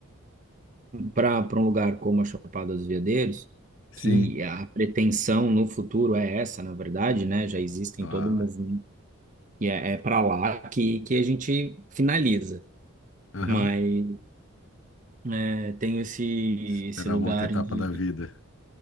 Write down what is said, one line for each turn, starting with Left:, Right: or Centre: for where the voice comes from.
Right: para para um lugar como a Chapada dos Veadeiros,
Left: sim,
Right: que a pretensão no futuro é essa, na verdade, né? Já existem
Left: claro.
Right: todo um movimento e é, é para lá que, que a gente finaliza.
Left: Aham.
Right: mas É, tenho esse,
Left: Esperar
Right: esse lugar
Left: uma outra etapa
Right: de.
Left: da vida.